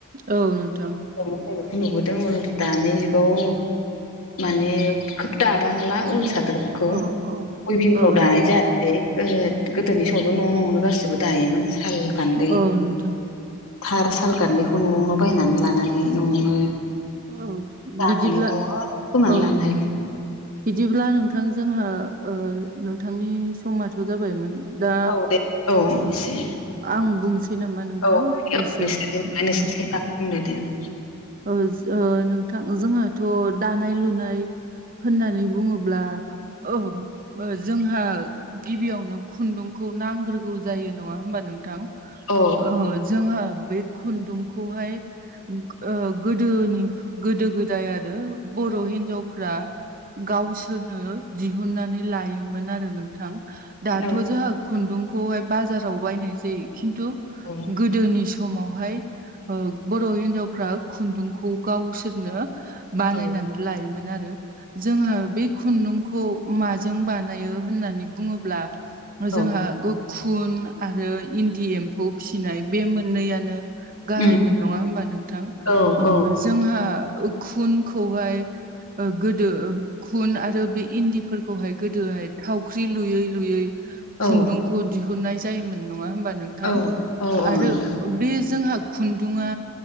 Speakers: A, on the right (about 40°); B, on the left (about 75°).
A: औ नोंथां
B: <unintelligible> नुबोदों मोन दानि जुगाव माने खोब दाबांला उल सादोरफोरखौ
A: औ औ
B: अवेबिंफ्राव
A: औ
B: दानाय
A: नोंथां
B: जायासै <unintelligible> गोदोनि समावथ' न' न'वावनो गासिबो दायोमोन साल गान्दै
A: औ नोंथां
B: थार साल गान्दैखौ न'आवनो बायनानै लानानै न'आवनो
A: औ
B: दानानै
A: बिदिब्ला
B: न'आवनो खोमानानै
A: औ
B: लानो हायोमोन
A: बिदिब्ला नोंथां जोंहा ओ नोंथांनि समाथ' जाबायमोन दा
B: औ दे औ एसे
A: आं बुंनोसै नामा नोंथां
B: औ नोंसोरनि
A: एसे
B: नोंसोरनि
A: औ
B: बागै बुंदो दे उम
A: ओ जो नोंथां जोंहाथ' दानाय लुनाय होननानै बुङोब्ला ओ जोंहा गिबियावनो खुन्दुंखौ नांग्रोगौ जायो नङा होमबा नों थां
B: औ
A: ओ जोंहा बे खुन्दुंखौहाय ओ गोदोनि गोदो गोदाय आरो बर' हिनजावफ्रा गावसोरनो दिहुननानै लायोमोन आरो नोंथां दाथ'
B: औ
A: जोंहा खुन्दुंखौहाय बाजाराव बायनाय जायो खिन्थु
B: अ
A: गोदोनि समावहाय ओ बर' हिनजाव फ्रा खुन्दुंखौ गावसोरनो बानायनानै
B: औ
A: लायोमोन आरो जोंहा बे खुन्दुंखौ माजों बानायो होननानै बुङोब्ला
B: औ
A: जोंहा गो खुन आरो इन्दि एम्फौ फिसिनाय बे मोननैयानो गाहाय
B: उम
A: मोन नङा होनबा नों
B: औ औ
A: जोंहा खुनखौहाय ओ गोदो खुन आरो बे इन्दिफोरखौहाय गोदोहाय थावख्रि लुयै लुयै
B: औ
A: खुन्दुंखौ दिहुननाय जायोमोन नङा होमबा नोंथां
B: औ औ
A: आरो
B: नोंथां
A: बे जोंहा खुन्दुङा